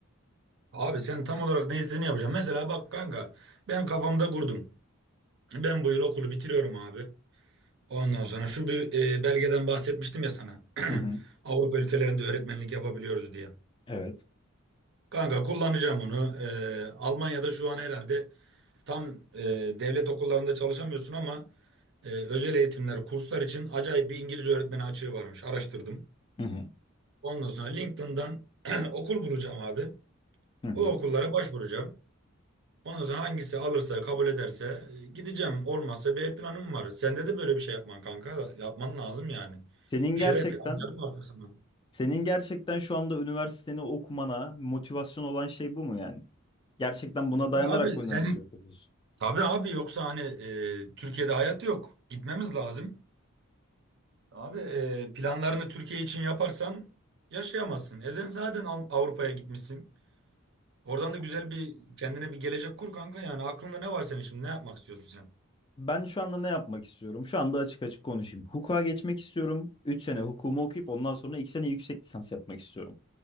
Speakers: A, on the right; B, on the left.
A: Abi sen tam olarak ne istediğini yapacaksın. Mesela bak kanka ben kafamda kurdum. Ben bu yıl okulu bitiriyorum abi. Ondan sonra şu bir e, belgeden bahsetmiştim ya sana. <clears throat>
B: Hı hı.
A: Avrupa ülkelerinde öğretmenlik yapabiliyoruz diye.
B: Evet.
A: Kanka kullanacağım onu. Ee, Almanya'da şu an herhalde tam e, devlet okullarında çalışamıyorsun ama e, özel eğitimler, kurslar için acayip bir İngilizce öğretmeni açığı varmış. Araştırdım.
B: Hı hı.
A: Ondan sonra LinkedIn'dan <clears throat> okul bulacağım abi.
B: Hı hı.
A: O okullara başvuracağım. Ondan sonra hangisi alırsa, kabul ederse e, gideceğim. Olmazsa B planım var. Sende de böyle bir şey yapman kanka. Yapman lazım yani.
B: Senin
A: Bir
B: gerçekten
A: şeyler planlarım arkasına.
B: senin gerçekten şu anda üniversiteni okumana motivasyon olan şey bu mu yani? Gerçekten buna
A: E,
B: dayanarak
A: bir de abi
B: mı üniversite
A: senin...
B: okuyorsun?
A: Tabii abi yoksa hani e, Türkiye'de hayat yok. Gitmemiz lazım. Abi e, planlarını Türkiye için yaparsan yaşayamazsın. E sen zaten Al- Avrupa'ya gitmişsin. Oradan
B: Ah,
A: da güzel bir kendine bir gelecek kur kanka yani. Aklında ne var senin şimdi? Ne yapmak istiyorsun sen?
B: Ben şu anda ne yapmak istiyorum? Şu anda açık açık konuşayım. Hukuka geçmek istiyorum. 3 sene hukumu okuyup ondan sonra 2 sene yüksek lisans yapmak istiyorum.